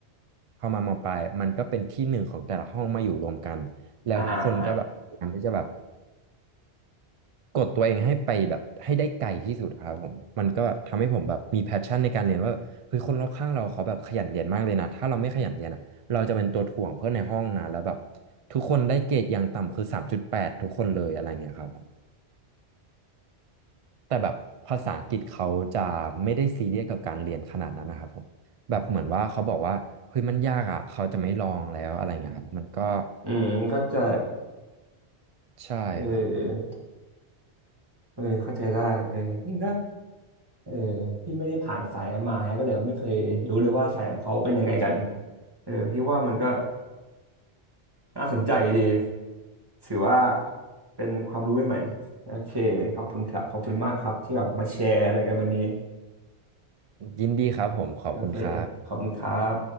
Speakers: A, on the right (about 65°); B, on the right (about 20°).
A: พอมามองไปลายมันก็เป็นที่หนึ่งของแต่ละห้องมาอยู่รวมกันแล้วทุกคนก็แบบพยายามที่จะแบบ
B: อ่า
A: กดตัวเองให้ไปแบบให้ได้ไกลที่สุดครับผมมันก็แบบทำให้ผมแบบมีแพชชั่นในการเรียนว่าแบบเฮ้ยคนรอบข้างเราเขาแบบขยันเรียนมากเลยนะถ้าเราไม่ขยันเรียนอ่ะเราจะเป็นตัวถ่วงเพื่อนในห้องนะแล้วแบบทุกคนได้เกรดอย่างต่ำคือสามจุดแปดทุกคนเลยอะไรเงี้ยครับ แต่แบบภาษาอังกฤษเขาจะไม่ได้ซีเรียสกับการเรียนขนาดนั้นนะครับผมแบบเหมือนว่าเขาบอกว่าเฮ้ยมันยากอ่ะเขาจะไม่ลองแล้วอะไรเงี้ยครับมันก็
B: อืมเข้าใจ
A: ใช่ครับ
B: เออเออเข้าใจได้เออนี่ก็ เออพี่ไม่ได้ผ่านสายนั้นมาฮะก็เลยไม่เคยรู้เลยว่าสายเขาเป็นยังไงกันเออพี่ว่ามันก็น่าสนใจดีถือว่าเป็นความรู้ใหม่ๆโอเคขอบคุณครับขอบคุณมากครับที่แบบมาแชร์อะไรกันวันนี้
A: ยินดีครับผมขอบคุณครับ
B: โอเคขอบคุณครับ